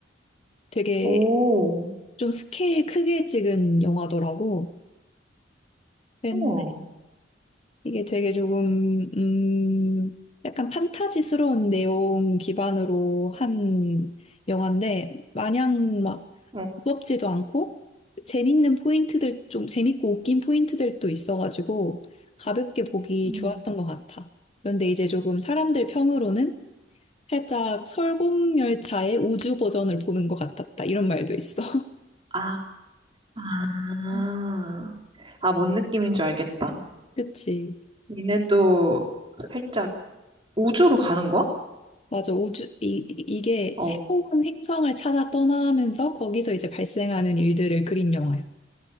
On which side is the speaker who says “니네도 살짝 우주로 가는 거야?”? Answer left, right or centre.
Right